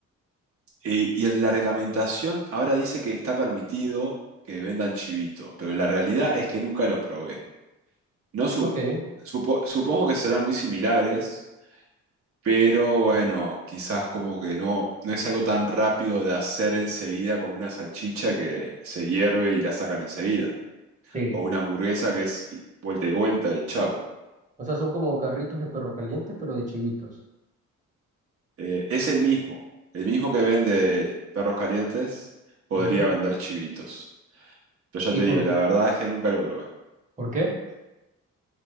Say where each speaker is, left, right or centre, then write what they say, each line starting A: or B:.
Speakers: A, on the right; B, on the right.
A: e- y en la reglamentación ahora dice que está permitido que vendan chivitos, pero la realidad es que nunca los probé. No su-
B: Ok.
A: supo- supongo que serán muy similares, pero bueno, quizás como que no, no es algo tan rápido de hacer enseguida como una salchicha que se hierve y la sacan enseguida,
B: Sí.
A: o una hamburguesa que es vuelta y vuelta y chau.
B: O sea, son como carritos de perro calientes, pero de chivitos.
A: Eh, es el mismo. El mismo que vende perros calientes podría
B: Ujú.
A: vender chivitos. Pero ya
B: ¿Y
A: te
B: por,
A: digo, la verdad es que nunca lo probé.
B: por qué?